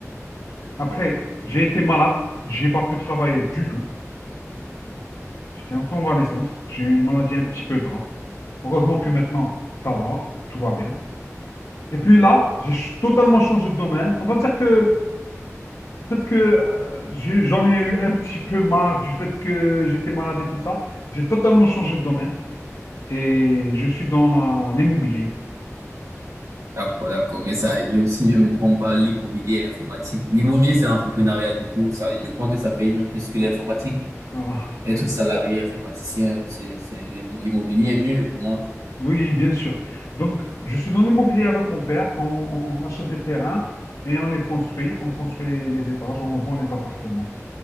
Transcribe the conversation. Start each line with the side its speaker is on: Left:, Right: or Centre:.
Left: Après, j'ai été malade. J'ai pas pu travailler du tout. J'étais en convalescence. J'ai eu une maladie un petit peu grave. Heureusement que maintenant, ça va, tout va bien. Et puis là, j'ai ch- totalement changé de domaine. On va dire que peut-être que euh, j'ai- j'en ai eu un petit peu marre du fait que j'étais malade et tout ça. J'ai totalement changé de domaine et je suis dans la- l'immobilier.
Right: D'accord, d'accord. Mais ça, je- si je me trompe pas, l'immobilier et l'informatique. L'immobilier, c'est l'entrepreneuriat, du coup, ça, je crois que ça paye même plus que l'informatique.
Left: Voilà.
Right: Être salarié informaticien, c'est, c'est, l'immo- l'immobilier est mieux pour moi.
Left: Oui, bien sûr. Donc, je suis dans l'immobilier avec mon père. On, on- on achète des terrains et on les construit. On construit les étages, on vend les appartements.